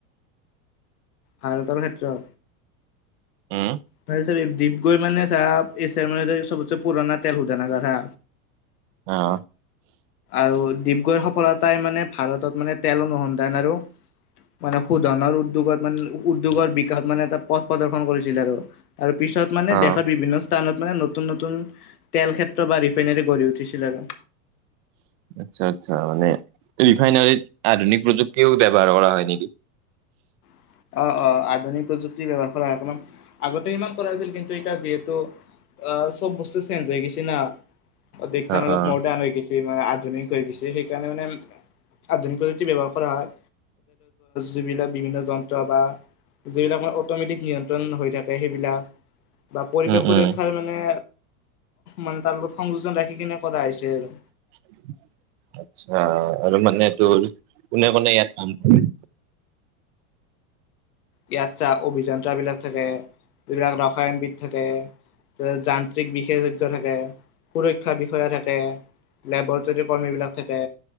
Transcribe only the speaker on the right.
উম
অ',
অ'
আচ্ছা, আচ্ছা, মানে ৰিফাইনাৰীত আধুনিক প্ৰযুক্তিও ব্যৱহাৰ কৰা হয় নেকি? <inaudible>
অ'
অ'
উম
উম
<unintelligible> আচ্ছা, আৰু মানে তোৰ কোনে, কোনে ইয়াত কাম কৰে